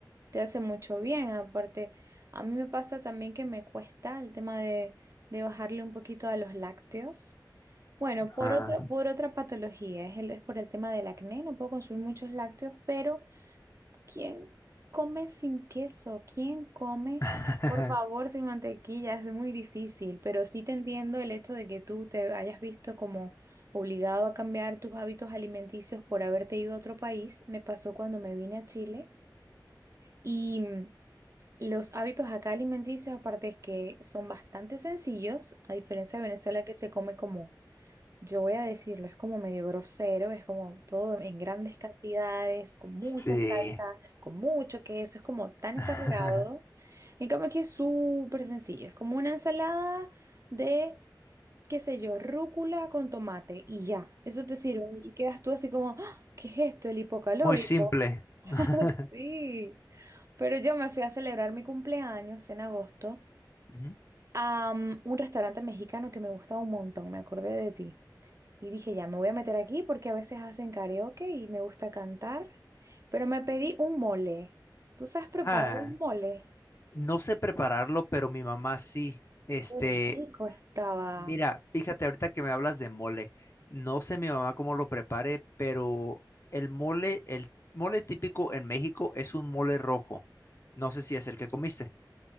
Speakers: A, on the right; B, on the left.
A: te hace mucho bien. Aparte, a mí me pasa también que me cuesta el tema de, de bajarle un poquito a los lácteos. Bueno, por
B: Ah.
A: otro, por otra patología, es, el- es por el tema del acné, no puedo consumir muchos lácteos, pero ¿quién come sin queso? ¿Quién come,
B: <laughs>
A: por favor, sin mantequilla? Es muy difícil, pero sí te entiendo el hecho de que tú te hayas visto como obligado a cambiar tus hábitos alimenticios por haberte ido a otro país. Me pasó cuando me vine a Chile. y los hábitos acá alimenticios, aparte es que son bastante sencillos, a diferencia de Venezuela que se come como, yo voy a decirlo, es como medio grosero, es como todo en grandes cantidades, con mucha
B: Sí.
A: salsa, con mucho queso, es como tan exagerado.
B: <laughs>
A: En cambio aquí es súper sencillo, es como una ensalada de, qué sé yo, rúcula con tomate y ya, eso te sirve y quedas tú así como, "Ah, ¿qué es esto? El hipocalórico.
B: Muy simple. <laughs>
A: <laughs> Sí, pero yo me fui a celebrar mi cumpleaños en agosto
B: Ujú.
A: a mm, un restaurante mexicano que me gustaba un montón, me acordé de ti. Y dije, ya me voy a meter aquí porque a veces hacen karaoke y me gusta cantar, pero me pedí un mole. ¿Tú sabes preparar
B: Ah.
A: un mole?
B: No sé prepararlo, pero mi mamá sí. Este,
A: Qué rico estaba.
B: mira, fíjate ahorita que me hablas de mole. No sé mi mamá cómo lo prepare, pero el mole, el mole típico en México es un mole rojo. No sé si es el que comiste.